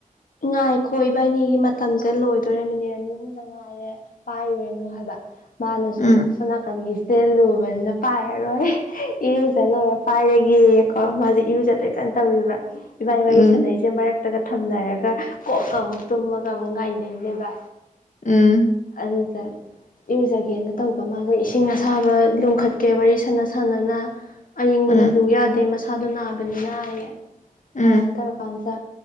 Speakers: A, on the left (about 85°); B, on the left (about 60°).
A: ꯉꯥꯏ ꯈꯣꯏꯕ ꯑꯅꯤꯒꯤ ꯃꯇꯝꯁꯦ ꯂꯣꯏꯗꯣꯏꯔꯦ ꯃꯤꯅꯤꯠ ꯑꯅꯤ ꯑꯍꯨꯝꯗ ꯉꯥꯏꯔꯦ ꯄꯥꯏꯔꯨꯔꯅꯨ ꯍꯥꯏꯕ ꯃꯥꯅꯁꯨ
B: ꯎꯝ
A: ꯁꯣ ꯅꯥꯀꯟꯒꯤ ꯁꯦꯜꯂꯨꯕꯅꯤꯅ ꯄꯥꯏꯔꯔꯣꯏ ꯏꯔꯨꯖ ꯂꯣꯏꯔ ꯄꯥꯏꯔꯒ ꯌꯦꯑꯀꯣ ꯃꯥꯁꯦ ꯏꯨꯖꯠꯇ꯭ꯔꯦ ꯀꯩꯅꯣ ꯇꯧꯕ ꯏꯕꯥꯅꯤ
B: ꯎꯝ
A: ꯋꯥꯔꯤ ꯁꯥꯟꯅꯩꯁꯦ ꯃꯔꯛꯇꯒ ꯊꯝꯅꯔꯒ ꯀꯣꯛꯑꯀ ꯑꯃꯨꯛ ꯇꯨꯝꯃꯒ ꯑꯃꯨꯛ ꯉꯥꯏꯅꯩꯅꯦꯕ
B: ꯎꯝ
A: ꯑꯗꯨꯗ ꯏꯨꯖꯒꯦꯅ ꯇꯧꯕ ꯃꯥꯒ ꯏꯁꯤꯡ ꯑꯁꯥꯕ ꯂꯨꯝꯈꯠꯀꯦ ꯋꯥꯔꯤ ꯁꯥꯟꯅ ꯁꯥꯟꯅꯅ ꯑꯌꯡꯕꯅ
B: ꯎꯝ
A: ꯂꯨ ꯌꯥꯗꯦ ꯃꯁꯥꯗꯣ ꯅꯥꯕꯅꯤꯅ ꯑꯗꯨꯃꯥꯏ
B: ꯎꯝ
A: ꯇꯧꯔꯀꯥꯟꯗ